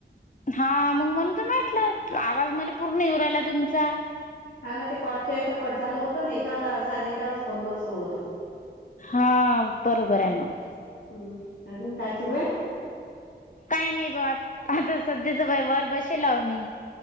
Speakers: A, on the left; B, on the left.
A: हा मग मण त म्हटलं आवाज मला पूर्ण येऊ राहिला तुमचा.
B: हा ना ते कटच्या याच कट झालं होतं आणि याच्यावर साध्या याच्यावरच फोनवर सुरु होत
A: हा बरोबर आहे मग.
B: हम्म अजून काय सुरू आहे?
A: काही नाही ब आ आता सध्याच बाई वर बसेल आहे मी